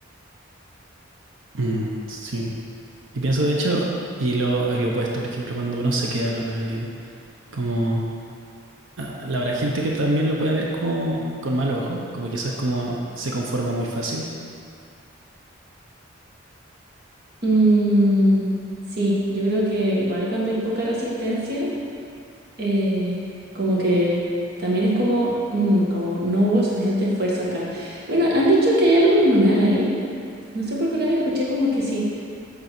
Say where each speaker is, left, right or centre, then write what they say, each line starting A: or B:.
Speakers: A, on the right (about 80°); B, on the right (about 55°).
A: mm, sí. Y pienso de hecho, y lo, lo opuesto, por ejemplo, cuando uno se queda con alguien, como... Ah, La verdad, gente que también lo puede ver como con mal ojo, como quizás como se conforma muy fácil.
B: Mm, sí, yo creo que igual cuando hay poca resistencia, eh, como que también es como, mm, como no hubo suficiente esfuerzo acá. Bueno, han dicho que hay algo hormonal ahí. No sé por qué una vez escuché como que sí